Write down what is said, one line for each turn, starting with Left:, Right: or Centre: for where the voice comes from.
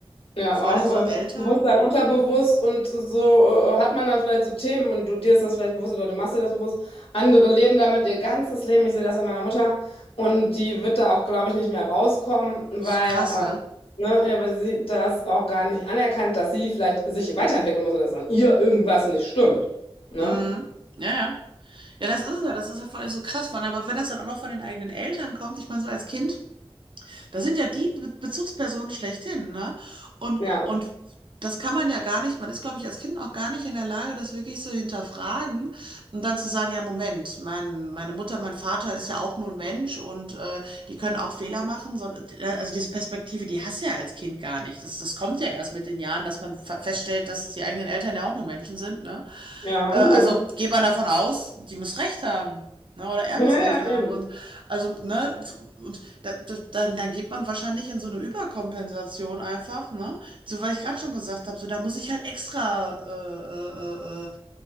Left: Ja,
Right: vor
Left: auch
Right: allem so
Left: äh,
Right: Eltern.
Left: Bewusstsein, unterbewusst
Right: Mhm.
Left: und so äh, hat man dann vielleicht so Themen und du dir ist das vielleicht bewusst oder du machst dir das bewusst. Andere leben damit ihr ganzes Leben. Ich sehe das an meiner Mutter und die wird da auch, glaube ich, nicht mehr rauskommen, weil,
Right: Ist so krass,
Left: äh,
Right: ne?
Left: ne, ja, weil sie das auch gar nicht anerkannt, dass sie vielleicht sich weiterentwickeln muss oder dass an ihr irgendwas nicht stimmt. Ne?
Right: Mhm. Ja, ja. Ja, das ist es ja. Das ist ja voll so krass von. Aber wenn das dann auch noch von den eigenen Eltern kommt, ich meine, so als Kind, das sind ja die Be Bezugspersonen schlechthin, ne? Und,
Left: Ja,
Right: und das kann man ja gar nicht, man ist, glaube ich, als Kind auch gar nicht in der Lage, das wirklich zu hinterfragen und dann zu sagen, ja, Moment, mein, meine Mutter, mein Vater ist ja auch nur ein Mensch und äh, die können auch Fehler machen. So, äh, also diese Perspektive, die hast du ja als Kind gar nicht. Das, das kommt ja erst mit den Jahren, dass man fe- feststellt, dass die eigenen Eltern ja auch nur Menschen sind, ne?
Left: ja,
Right: Äh,
Left: <laughs>
Right: also geht man davon aus, die muss recht haben. Ne? Oder er
Left: ja,
Right: muss recht
Left: ja,
Right: haben.
Left: eben.
Right: Und also, ne, f- und da, da, dann, dann geht man wahrscheinlich in so eine Überkompensation einfach, ne? So, weil ich gerade schon gesagt habe, so da muss ich halt extra äh, äh, äh, äh,